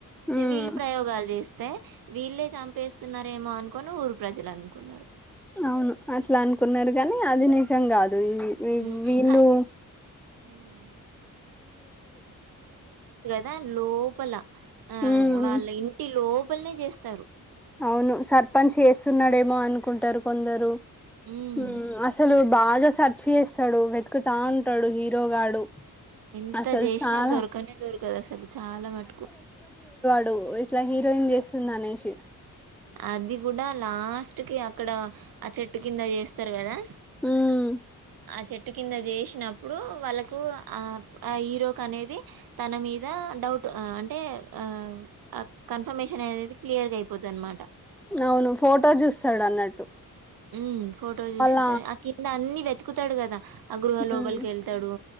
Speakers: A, in the centre; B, on the right (about 80°).
A: హ్మ్.
B: చె వీళ్ళు ప్రయోగాలు చేస్ తె వీళ్ళే చంపేస్తున్నారేమో అనుకొని ఊరు ప్రజలు అనుకున్నారు
A: అవును అట్లా అనుకున్నారు గాని అది నిజం గాదు వి వి
B: ఉమ్
A: వీళ్ళు
B: కా ఉమ్ దా లోపల ఆ
A: హ్మ్.
B: వాళ్ళ ఇంటిలో పల్నే జేస్తారు
A: అవును సర్పంచ్ చేస్తున్నాడేమో అనుకుంటారు కొందరు
B: ఉమ్
A: ఊమ్ అసలు బాగా సర్చ్ చేస్తాడు వెతుకుతా ఉంటాడు హీరోగాడు
B: ఎంత
A: అసలు
B: చేసినా
A: చాలా
B: దొరకనే దొరకదు అసలు చాలా మట్టుకు
A: దోయ్ ఇట్లా హీరోయిన్ చేస్తుంది అనేసి
B: అది కూడా లాస్ట్ కి అక్కడ ఆ చెట్టు కింద జేస్తారు కదా
A: ఊమ్
B: ఆ చెట్టు కింద చేసినప్పుడు వాళ్ళకు ఆ ఆ హీరోకి అనేది తన మీద డౌట్ ఆ అంటే ఆ ఆ కన్ఫర్మేషన్ అనేది క్లియర్గా అయిపోతది. దన్మాట
A: అవును ఫోటో చూస్తడు అన్నట్టు
B: ఉమ్ ఫోటో చూసేసరి
A: వాళ్ళ
B: ఆ కింద అన్ని వెతుకుతాడు కదా హా ఆ గృహ లోపలికి
A: మ్మ్
B: వెళ్తడు.